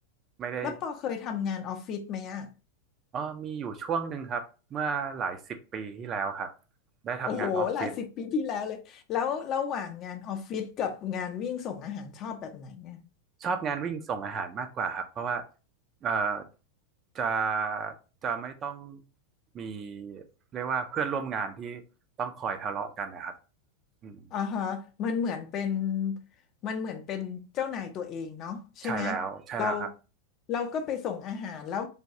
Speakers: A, on the right (about 30°); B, on the left (about 35°).
A: ไม่ได้
B: แล้วปอเคยทำงานออฟฟิศไหมอะ
A: อ๋อมีอยู่ช่วงหนึ่งครับเมื่อหลายสิบปีที่แล้วครับได้ทำงานออฟฟิศ
B: โอ้โหหลายสิบปีที่แล้วเลยแล้วระหว่างงานออฟฟิศกับงานวิ่งส่งอาหารชอบแบบไหนไง
A: ชอบงานวิ่งส่งอาหารมากกว่าครับเพราะว่าเอ่อ จะจะไม่ต้องมีเรียกว่าเพื่อนร่วมงานที่ต้องคอยทะเลาะกันนะครับอืม
B: อ่าฮะมันเหมือนเป็นมันเหมือนเป็นเจ้านายตัวเองเนาะใช่ไหม
A: ใช่แล้วใช่แล้วครับ
B: เราเราก็ไปส่งอาหารแล้ว